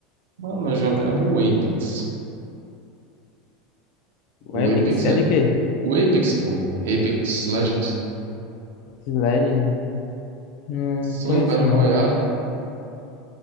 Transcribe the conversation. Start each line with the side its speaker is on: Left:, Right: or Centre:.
Right: Mano, eu jogava o Apex.
Left: Web,
Right: O Apex é.
Left: é de quê?
Right: O Apex, pô. Apex Legends.
Left: Slade? Não
Right: Sim,
Left: conheço
Right: o Battle
Left: não.
Right: Royale.